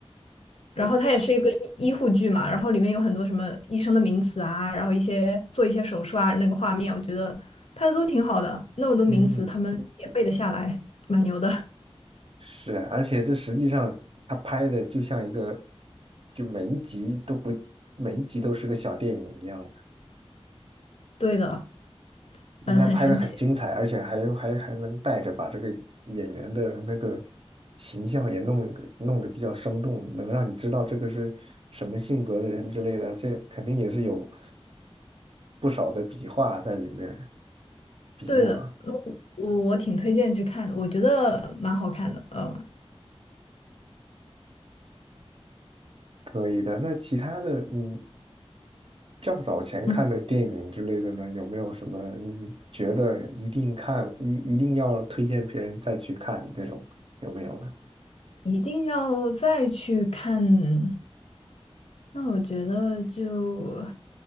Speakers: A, on the left; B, on the right.
A: 然后它也是一个医医护剧嘛，
B: 那嗯。
A: 然后里面有很多什么医生的名词啊，然后一些做一些手术啊，那个画面，我觉得拍的都挺好的，那么多名词他们也背得下来，
B: 嗯
A: 蛮牛的。
B: 是啊，而且这实际上他拍的就像一个，就每一集都不，每一集都是个小电影一样的，
A: 对的，
B: 应该拍的很精彩，
A: 嗯，很神奇。
B: 而且还还还能带着把这个演员的那个形象也弄弄得比较生动，能让你知道这个是什么性格的人之类的，这肯定也是有不少的笔画在里面，笔墨啊，
A: 对的，呃我我挺推荐去看的，我觉得蛮好看的，嗯
B: 可以的。那其他的你较早前看的电影之类的呢，
A: 嗯，
B: 有没有什么你觉得一定看，一一定要推荐别人再去看的这种，有没有呢？
A: 一定要再去看。那我觉得就